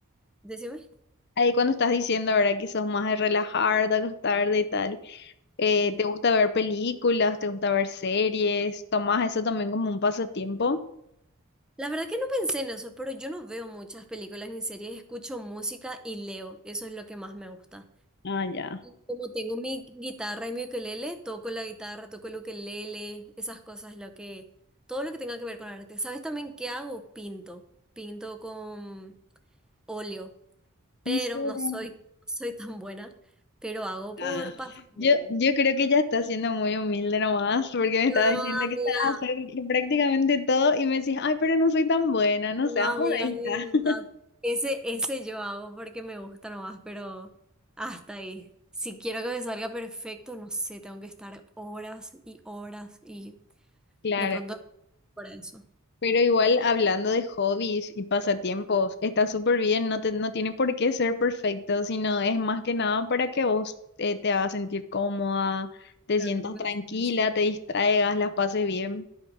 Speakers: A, in the centre; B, on the left.
A: decime.
B: ahí cuando estás diciendo, ¿verdad? Que sos más de relajar, de acostarte y tal, eh,
A: Sí.
B: ¿te gusta ver películas? ¿Te gusta ver series? ¿Tomás eso también como un pasatiempo?
A: La verdad que no pensé en eso, pero yo no veo muchas películas ni series, escucho música y leo, eso es lo que más me gusta.
B: Ah, ya.
A: Y Como tengo mi guitarra y mi ukelele, toco la guitarra, toco el ukelele, esas cosas, lo que, todo lo que tenga que ver con arte. ¿Sabes también qué hago? Pinto, pinto con óleo,
B: ¿En
A: pero
B: serio?
A: no soy, <laughs> no soy tan buena, pero hago por
B: Nada.
A: pasión.
B: Yo, yo creo que ya está siendo muy humilde nomás, porque
A: No,
B: me estaba diciendo que
A: amiga.
B: estaba hacer prácticamente todo y me decís, ay, pero no soy tan buena,
A: No,
B: no seas modesta.
A: amiga, de verdad.
B: <laughs>
A: Ese, ese yo hago porque me gusta nomás, pero hasta ahí. Si quiero que me salga perfecto, no sé, tengo que estar horas y horas y
B: Claro,
A: de pronto para eso.
B: pero igual hablando de hobbies y pasatiempos, está súper bien, no te, no tiene por qué ser perfecto, sino es más que nada para que vos eh, te hagas sentir cómoda, te
A: Claro,
B: sientas
A: no pienso
B: tranquila,
A: en eso.
B: te distraigas, las pases bien.